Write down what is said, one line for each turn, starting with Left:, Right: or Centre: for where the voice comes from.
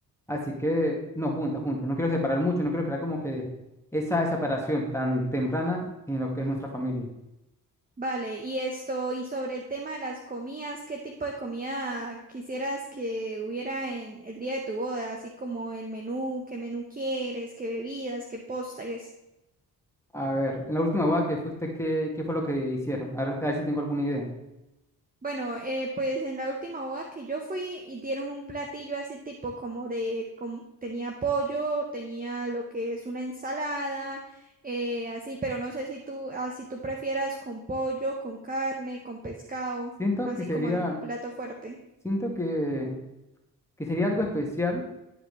Centre: así que no, juntas, juntas. No quiero separar mucho, no quiero crear como que esa separación tan temprana en lo que es nuestra familia.
Right: Vale, y esto, y sobre el tema de las comidas, ¿qué tipo de comida quisieras que hubiera en el día de tu boda? Así como el menú, qué menú quieres, qué bebidas, qué postres.
Centre: A ver, en la última boda que fuiste, ¿qué, qué fue lo que hicieron? A ver, a ver si tengo alguna idea.
Right: Bueno, eh, pues en la última boda que yo fui y dieron un platillo así tipo como de, como- tenía pollo, tenía lo que es una ensalada, eh, así, pero no sé si tú, ah, si tú prefieras con pollo, con carne, con pescado,
Centre: Siento
Right: así
Centre: que sería,
Right: como el plato fuerte.
Centre: siento que, que sería algo especial